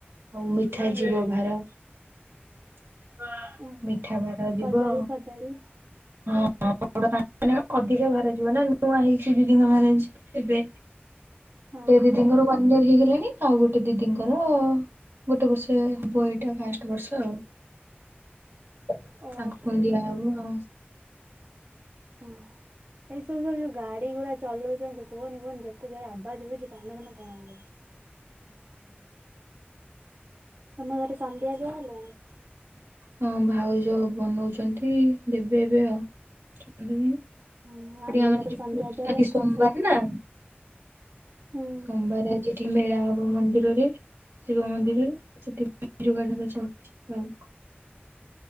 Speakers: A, on the right; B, on the right.
A: ଆଉ ମିଠା ଯିବ ଭାର। <inaudible>
B: ଓହୋ।
A: ଯିବ
B: କଦଳୀ ଫଦଳୀ।
A: ହଁ ଅଧିକା ବାହାରି ଯିବ ନା ନୂଆ ହେଇଛି ମ୍ୟାରେଜ ଏବେ।
B: ହଁ।
A: ଏ ଦି ଦିଙ୍କର ୱାନଇୟର ହେଇଗଲାଣି? ଆଉ ଗୋଟେ ଦିଦିଙ୍କର ଗୋଟେ ବର୍ଷ। ସେ ବହିଟା ଫାଷ୍ଟ ବର୍ଷ ଆଉ ତାଙ୍କୁ
B: ଓହୋ।
A: ପୁଣି ଦିଆ ହବ।
B: ହଁ ଏସବୁ ସବୁ ଯୋଉ ଗାଡି ଗୁଡା ଚଲଉଛି କୁହନି କୁହନି ଯେତେ ଜୋରେ ଆବାଜ ହୁଉଛି କାନ ଫାନ କଣ ହେଇଯାଉଛି। ତମ ଘରେ ସନ୍ଧ୍ୟା ଦିଆ ହେଲାଣି?
A: ହଁ ଭାଉଜ ବନଉଛନ୍ତି ଦେବେ ଏବେ ଆଉ ସେଠି
B: ଓହୋ ଆମ
A: ଆମର
B: ଘରେ
A: ଯିନ୍ତି
B: ସନ୍ଧ୍ୟା ଦିଆ ହେଲାଣି
A: ସୋମବାର
B: ଖାଲି ସବୁ
A: ନା
B: ହୁଁ
A: ସୋମବାରଜିଠି ମେଳା ହବ। ଶିବ ମନ୍ଦିରରେ ଶିବ ମନ୍ଦିରରେଠ ଯୋଗାଟା ସବଠି ଖାଉ